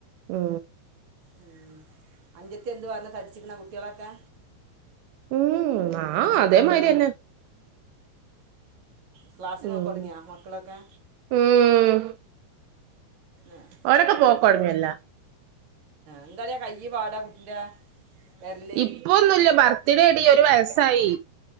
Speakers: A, on the right; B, on the right.
A: ഉം
B: ഉ അഞ്ചത്തെ എന്ത് പറ തടിച്ചിക്കണ കുട്ടികളൊക്കെ
A: ഉം ആ അതേമാതിരി തന്നെ
B: ക്ലാസ്സി നോക്ക
A: ഉം.
B: തുടങ്ങിയാ മക്കളൊക്കെ
A: ഉം.
B: ഏഹ്
A: ഓരൊക്കെ പോക്കോടമയല്ല
B: എന്താ ടീ കയ്യ് പാടാ കുട്ടിന്റെ വിരല്
A: ഇപ്പൊന്നുല്ല ബർത്ത്ഡേ എടി ഒരു വയസ്സായി